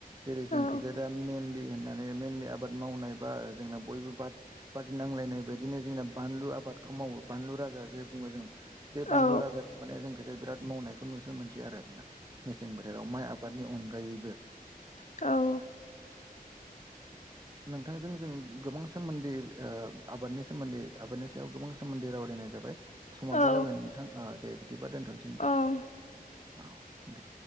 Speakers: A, on the right; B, on the left.
A: जेरै
B: औ
A: जोंखै जा दा मेनलि होननानै आबाद मावनाय बा जों बयबो बादि नांयनाय बायदिनो जों बानलु आबादखौ मावो बानलु राजा जे बुंङो जों बे
B: औ
A: बानलु राजाखौ माने जोंखौ बिराद मावनायखौ नुनो मोनसै आरो जोंना मेसें बोथोराव माइ आबादनि अनगायैबो
B: औ
A: नोंथांजों जों गोबां सोमोन्दै आबादनि सोमोन्दै आबादनि सायाव गोबां सोमोन्दै रायनायाबाय समाबो
B: औ
A: जाबाय नोंथां दे बिदिबा दोनथ'नोसै नोंथां
B: औ
A: औ दे